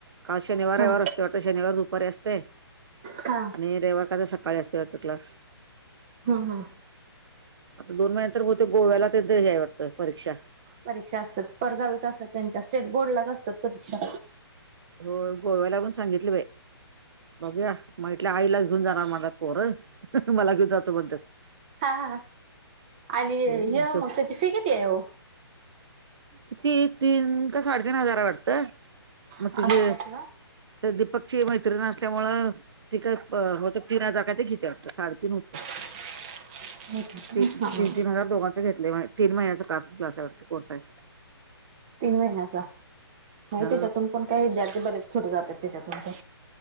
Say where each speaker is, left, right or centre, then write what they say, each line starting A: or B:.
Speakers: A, on the right (about 70°); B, on the right (about 20°).
A: काल शनिवार
B: हा
A: एवार असत. तेवता शनिवार दुपारी असते
B: हा
A: आणि रविवार कादा सकाळी असतेवरता क्लास.
B: हम् हम्.
A: आता दोन महिने नंतर बहुतेक गोव्याला ते यायवटतं परीक्षा
B: परीक्षा असतात परगावीच असतात त्यांच्या स्टेट बोर्ड लाच असतात परीक्षा
A: हो गोव्या लागून सांगितली बा. बघूया म्हटले आईलाच घेऊन जाणार माझ पोर मला घेऊन जातो म्हणत.
B: हा हा आणि
A: म्हणतात
B: य
A: शेव
B: मग त्याची फी किती आहे हो.
A: किती तीन का साडेतीीन हजार वाटतं मग
B: अभ्यासला
A: तिचे तर दीपकची मैत्रिण असल्यामूळ त का होत तीन हजार काय ते घेते वाटतं साडेतीन होते.
B: <inaudible> हा
A: ती तीन तीन हजार दोघांचे घेतले तीन महिन्याच क्लासावरती कोर्स आहे.
B: तीन महिन्याचा नाही
A: हा
B: त्याच्यातून पण काय विद्यार्थी बरेच पुुढे जातात त्याच्यातून पण